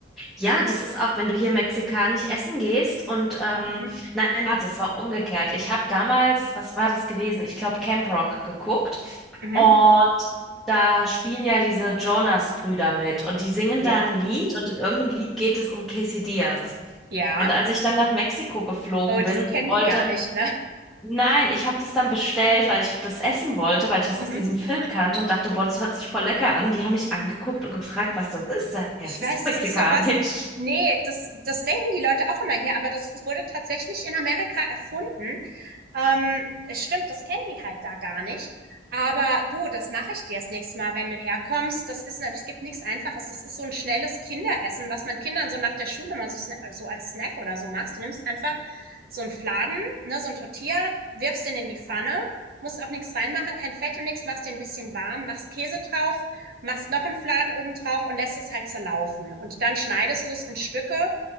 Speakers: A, in the centre; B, on the right.
A: Ja, das ist auch, wenn du hier mexikanisch essen gehst und ähm,
B: Mhm.
A: nein, warte, es war umgekehrt. Ich habe damals, was war das gewesen? Ich glaube Camp Rock geguckt
B: Mhm.
A: und da spielen ja diese Jonas-Brüder mit und die singen
B: Ja.
A: da ein Lied und in irgendeinem Lied geht es um Quesadillas.
B: Ja.
A: Und als ich dann nach Mexiko geflogen
B: Oh, das
A: bin,
B: kennen
A: wollte
B: die gar nicht, ne?
A: Nein, ich habe das dann bestellt, weil ich das essen wollte, weil ich das aus
B: Mhm.
A: diesem Film kannte und dachte, boah, das hört sich voll lecker an. Und die haben mich angeguckt und gefragt, was das ist. Sag ich,
B: Ich
A: Ja, es ist
B: weiß,
A: doch mexikanisch.
B: das ist sowas. Nee, das, das denken die Leute auch immer hier, aber das ist- wurde tatsächlich in Amerika erfunden. Ähm, es stimmt, das kennen die halt da gar nicht. Aber du, das mache ich dir das nächste Mal, wenn du herkommst. Das ist, es gibt nichts Einfaches. Das ist so ein schnelles Kinderessen, was man Kindern so nach der Schule mal so, sna- so als Snack oder so machst. Du nimmst einfach so einen Fladen, ne, so ein Tortilla, wirfst den in die Pfanne, musst auch nichts reinmachen, kein Fett und nichts, machst den ein bisschen warm, machst Käse drauf machst noch einen Fladen oben drauf und lässt es halt zerlaufen. Und dann schneidest du es in Stücke